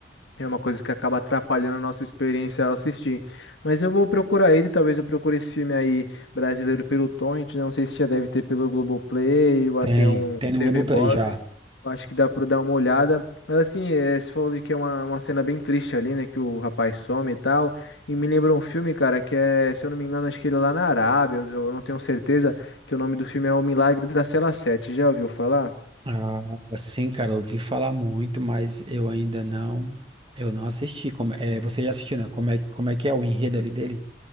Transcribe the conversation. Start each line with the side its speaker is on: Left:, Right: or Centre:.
Left: É uma coisa que acaba atrapalhando a nossa experiência ao assistir. Mas eu vou procurar ele, talvez eu procure esse filme aí brasileiro pelo Torrent, né? não sei se já deve ter pelo Globoplay ou
Right: Tem,
Left: até um
Right: tem no
Left: TV
Right: Globoplay
Left: Box.
Right: já.
Left: Eu acho que dá para dar uma olhada. Mas assim, é, você falou que é uma, uma cena bem triste ali, né? Que o rapaz some e tal. E me lembrou um filme, cara, que é, se eu não me engano, acho que ele é lá na Arábia, eu, eu não tenho certeza, que o nome do filme é O Milagre da Cela Sete. Já ouviu falar?
Right: Ah, sim, cara, eu ouvi falar muito, mas eu ainda não, eu não assisti. Como, é, você já assistiu, né? Como é, como é que é o enredo ali dele?